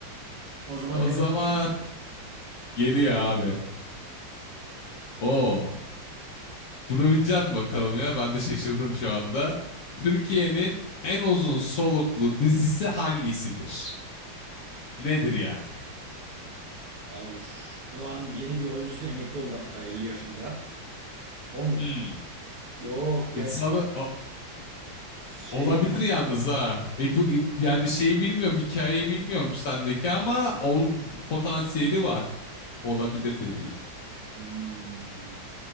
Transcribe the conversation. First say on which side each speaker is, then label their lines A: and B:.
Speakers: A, on the right; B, on the left.
A: O zaman
B: O
A: gönder.
B: zaman geliyor abi. Oo, bunu bilecek misin bakalım ya? Ben de şaşırdım şu anda. Türkiye'nin en uzun soluklu dizisi hangisidir? Nedir yani?
A: Abi şu an yeni bir oyuncusu emekli oldu hatta 50 yaşında. O mu?
B: Hmm.
A: Yok gerçi
B: Sana,
A: şey
B: Olabilir
A: var.
B: yalnız ha. İp- ip- yani şeyi bilmiyorum, hikayeyi bilmiyorum sendeki ama ol, potansiyeli var. Olabilir dediğin.
A: Hmm.